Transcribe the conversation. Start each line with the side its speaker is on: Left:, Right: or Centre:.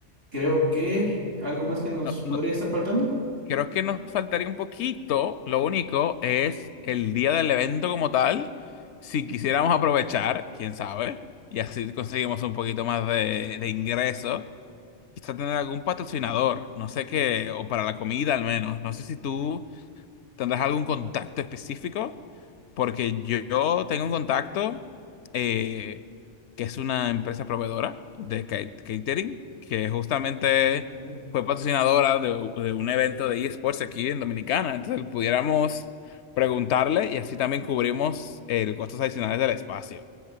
Right: Creo que algo más que nos
Left: No,
Right: podría
Left: no,
Right: estar faltando.
Left: creo que nos faltaría un poquito, lo único es el día del evento como tal. Si quisiéramos aprovechar, quién sabe, y así conseguimos un poquito más de, de ingreso. Quizá tener algún patrocinador, no sé qué, o para la comida al menos. No sé si tú ¿Tendrás algún contacto específico? Porque yo tengo un contacto eh, que es una empresa proveedora de ca- catering, que justamente
Right: Ujú.
Left: fue patrocinadora de, u- de un evento de eSports aquí en Dominicana. Entonces pudiéramos preguntarle y así también cubrimos eh, los costos adicionales del espacio.